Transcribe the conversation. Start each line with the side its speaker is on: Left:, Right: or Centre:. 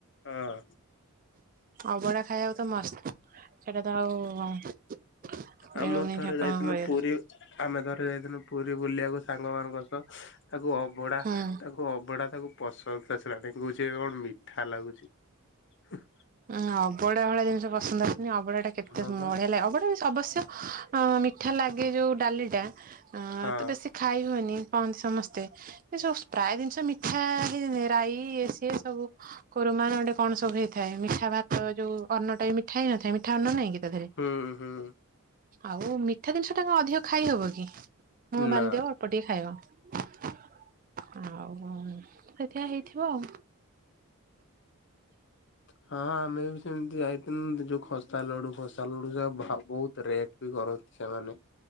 Left: ହଁ।
Right: ଅଭଡା ଖାଇଆକୁ ତ ମସ୍ତ ସେଇଟା ତ ଆଉ ମିଳୁନି
Left: ଆମ ଥରେ
Right: ଠାକୁରଙ୍କ
Left: ଯାଇଥିଲୁ
Right: ଦୟାରୁ
Left: ପୁରୀ ଆମେ ଥରେ ଯାଇଥିଲୁ ପୁରୀ ବୁଲିଆକୁ ସାଙ୍ଗମାନଙ୍କ ସହ ତାକୁ ଅବଢା
Right: ହୁଁ।
Left: ତାକୁ ଅବଡ଼ା ତାକୁ ପସନ୍ଦ ଆସିଲାନି। କହୁଛି ଏ କଣ ମିଠା ଲାଗୁଛି। ହୁଁ।
Right: ଉଁ ଅବଡା ଭଳିଆ ଜିନିଷ ପସନ୍ଦ ଆସୁନି ଅବଢା ଟା କେତେ
Left: ହଁ ବା
Right: ବଢିଆ ଲାଗେ ଅବଢା ଅବଶ୍ୟ ଅଁ ମିଠା ଲାଗେ ଯୋଉ ଡାଲିଟା। ଆଁ
Left: ହଁ
Right: ତ ବେଶୀ ଖାଇ ହୁଏନି। କହନ୍ତି ସମସ୍ତେ ଏ ସବୁ ପ୍ରାୟେ ଜିନିଷ ମିଠା ହେଇ ରାଇ ଏ ସିଏ ସବୁ କୋର ମାନେ ଗୋଟେ କଣ ସବୁ ହେଇଥାଏ ମି ଠା ଭାତ ଯୋଉ ଅନ୍ନଟା ବି ମିଠା ହେଇ ନଥାଏ ମିଠା ଅନ୍ନ ନାହିଁ କି ତା ଧିଅରେ।
Left: ହୁଁ ହୁଁ
Right: ଆଉ ମିଠା ଜିନିଷ ଟା କଣ ଅଧିକ ଖାଇ ହବ କି ମୁହଁ
Left: ନା।
Right: ବାନ୍ଧିଦେବ ଅଳ୍ପ ଟିକେ ଖାଇବ। ଆଉ କଣ ସେଥିଆ ହେଇଥିବ ଆଉ।
Left: ହଁ ଆମେ ବି ସେମତି ଯାଇଥୀନୁ ଯୋଉ ଖସ୍ତା ଲଡୁ ଫସାଲଡୁ ଭଜା ବହୁତ ରେଟ ବି କରନ୍ତି ସେମାନେ